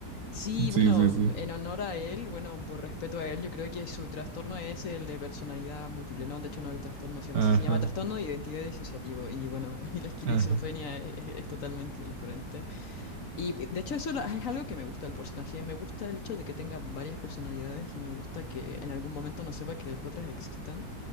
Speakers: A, on the left; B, on the right.
A: Sí,
B: Sí,
A: bueno,
B: sí, sí.
A: en honor a él, bueno, por respeto a él, yo creo que su trastorno es el de personalidad múltiple. No, de hecho no, el trastorno se llama
B: Ajá,
A: así. Se llama trastorno de identidad disociativo. Y bueno, <laughs> y la esquizofrenia
B: ajá.
A: es es- es totalmente diferente. Y de hecho eso lo- es algo que me gusta del personaje, me gusta el hecho de que tenga varias personalidades y me gusta que en algún momento no sepa que las otras existan.